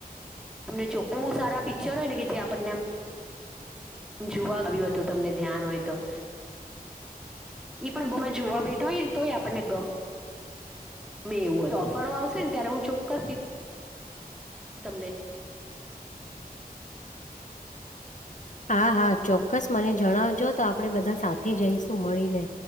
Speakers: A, in the centre; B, on the left (about 50°).
A: તમને ચોખ્ખું સારા પિક્ચર હોય ને કે જે આપણને જોવા આવ્યું હતું તમને ધ્યાન હોય તો. ઈ પણ બોમાં જોવા બેઠો હોય ને તોય આપણને ગમ એવું હો તો ઓફરો આવશે ને ત્યારે હું ચોક્કસ સીટ <unintelligible> તમ
B: હા હા ચોક્કસ મને જણાવજો તો આપણે બધા સાથે જઈશું મળીને.